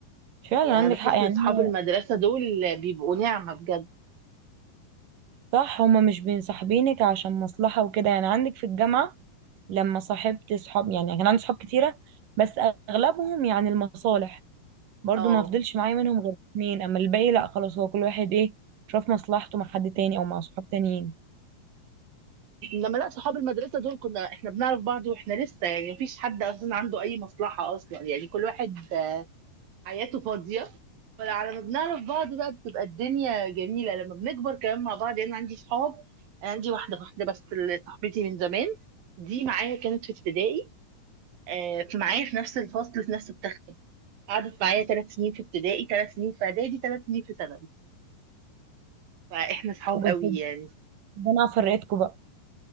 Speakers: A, on the right; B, on the right.
A: فعلا
B: يعني
A: عندك
B: انا بحس
A: حق يعني
B: ان صحاب
A: هم
B: المدرسة دول بيبقوا نعمة بجد
A: صح هم مش بينصاحبينك عشان مصلحه وكده يعني عندك في الجامعه لما صاحبت صحاب يعني كان عندي صحاب كتيره بس اغلبهم يعني المصالح برضو
B: اه
A: ما فضلش معايا منهم غير اتنين اما الباقي لا خلاص هو كل واحد ايه شاف مصلحته مع حد تاني او مع صحاب تانيين
B: لما لا صحاب المدرسه دول كنا احنا بنعرف بعض واحنا لسه يعني مفيش حد اصلا عنده اي مصلحه اصلا يعني كل واحد حياته فاضيه فعلى ما بنعرف بعض بقى بتبقى الدنيا جميله لما بنكبر كمان مع بعض يعني انا عندي صحاب أنا عندي واحده واحده بس اللي صاحبتي من زمان دي معايا كانت في ابتدائي آه، في معايا في نفس الفصل في نفس التختة قعدت معايا ثلاث سنين في ابتدائي ثلاث سنين في اعدادي ثلاث سنين في ثانوي فاحنا صحاب
A: وبس
B: قوي يعني
A: ده انا فرقتكم بقى